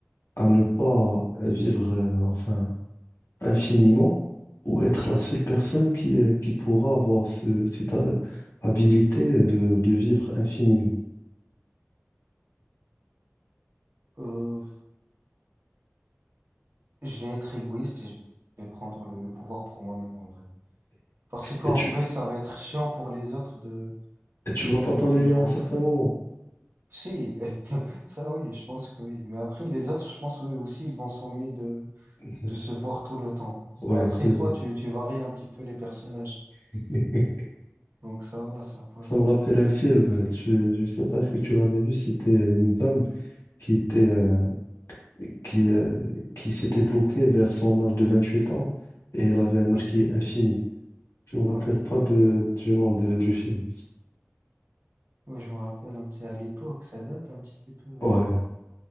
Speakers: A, on the left; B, on the right.
A: à ne pas euh, vivre, euh, enfin, infiniment ou être la seule personne qui, euh, qui pourra avoir ce- cette euh, habilité de, de vivre infiniment.
B: Euh, je vais être égoïste et je vais prendre le, le pouvoir pour moi-même en vrai. Parce qu'en
A: Et tu,
B: vrai, ça va être chiant pour les autres de
A: et tu
B: qui
A: vas
B: qui
A: pas t'ennuyer
B: qui le vont.
A: à un certain moment.
B: Si, <laughs> ça oui, je pense que oui. Mais après, les autres, je pense oui, aussi, ils vont s'ennuyer de,
A: <laughs>
B: de se voir tout le temps.
A: Ouais,
B: Après,
A: c'est vrai.
B: toi, tu, tu varies un petit peu les personnages.
A: <laughs>
B: Donc ça va, ça passe.
A: Ça me rappelle un film, tu, je sais pas est-ce que tu l'avais vu, c'était une dame qui était, euh, qui, euh, qui s'était bloquée vers son âge de 28 ans et elle avait un
B: Oui,
A: âge qui est infini. Je me rappelle
B: ouais,
A: pas
B: ouais.
A: de, du nom de, du film.
B: Ouais, je me rappelle un petit à l'époque, ça date un petit peu. ouais.
A: Ouais.